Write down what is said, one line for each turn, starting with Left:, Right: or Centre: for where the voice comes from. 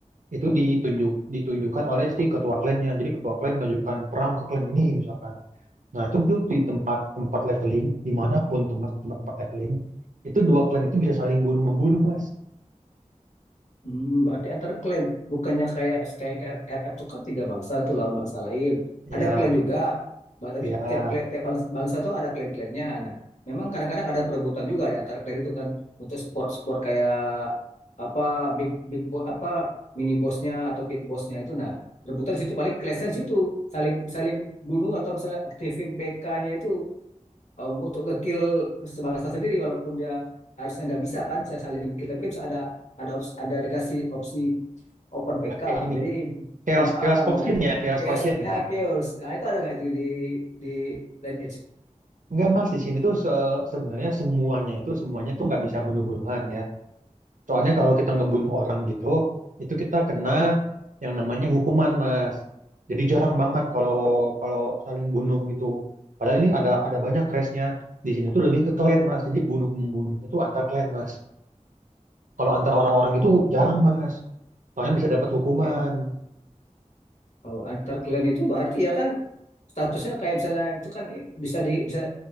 Right: itu ditunjuk ditunjukkan oleh si ketua klannya. Jadi ketua klan mengajukan perang ke klan ini misalkan. Nah, itu tuh di tempat-tempat leveling, dimanapun tempat- tempat-tempat leveling, itu dua klan itu bisa saling bunuh membunuh Mas.
Left: Hmm, berarti antar klan bukannya kayak kayak RF itu kan tiga bangsa tuh lawan bangsa lain.
Right: Ya,
Left: Ada klan juga, Ba- tapi
Right: ya,
Left: tiap klan, tiap bangs- bangsa, tuh ada klan-klannya. Nah, memang kadang-kadang ada perebutan juga di antar klan itu kan untuk sport-sport kayak apa big big boss apa mini bossnya atau pit bossnya itu. Nah, rebutan di situ paling clash situ saling saling bunuh atau misalnya aktifin PK-nya itu um, untuk ngekill sebangsa sendiri walaupun dia harusnya nggak bisa kan saya saling kill tapi kan bisa ada ada opsi, ada dikasih opsi open PK
Right: kayak ini.
Left: jadi
Right: Chaos
Left: ah,
Right: chaos
Left: ah,
Right: potion
Left: nah
Right: ya, chaos
Left: chaosnya
Right: potion ya.
Left: chaos nah itu ada nggak itu di di land edge
Right: Enggak mas, di sini tuh se- sebenarnya semuanya itu semuanya tuh nggak bisa bunuh-bunuhan ya. Soalnya kalau kita ngebunuh orang gitu, itu kita kena yang namanya hukuman mas. Jadi jarang banget kalau kalau saling bunuh gitu. Padahal ini ada ada banyak race-nya. Di sini tuh lebih ke clan mas. Jadi bunuh membunuhnya tuh antar clan mas. Kalau antar orang-orang
Left: Oh,
Right: itu jarang mas. Soalnya bisa dapat hukuman.
Left: Eh, oh, antar clan itu berarti ya kan statusnya kayak misalnya itu kan bisa di bisa